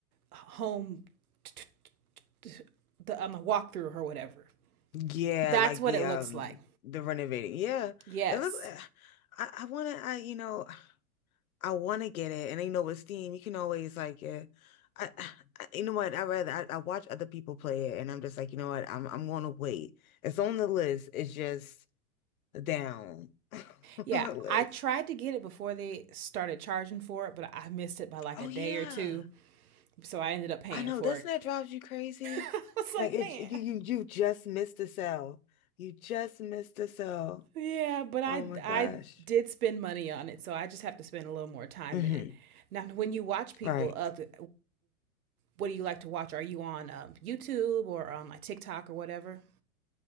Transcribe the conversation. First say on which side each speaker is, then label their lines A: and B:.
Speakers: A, on the right; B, on the left.
A: home, t- t- t- the um, a walkthrough or whatever.
B: Yeah,
A: That's
B: like
A: what
B: the
A: it
B: um
A: looks like.
B: the renovating. Yeah.
A: Yes.
B: It looks I, I wanna I you know I wanna get it and you know with Steam you can always like yeah. I, I you know what I rather I, I watch other people play it and I'm just like you know what I'm I'm gonna wait. It's on the list. It's just down <laughs> on
A: Yeah,
B: the list.
A: I tried to get it before they started charging for it, but I missed it by like
B: Oh
A: a day
B: yeah.
A: or two, so I ended up paying
B: I know,
A: for
B: doesn't
A: it.
B: that drive you crazy?
A: <laughs> I was like,
B: Like it,
A: man.
B: you, you you just missed a cell. You just missed a cell.
A: Yeah, but I
B: Oh my gosh.
A: I did spend money on it, so I just have to spend a little more time
B: hmm
A: in it. Now, when you watch people
B: Right.
A: other what do you like to watch? Are you on um, YouTube or on like TikTok or whatever?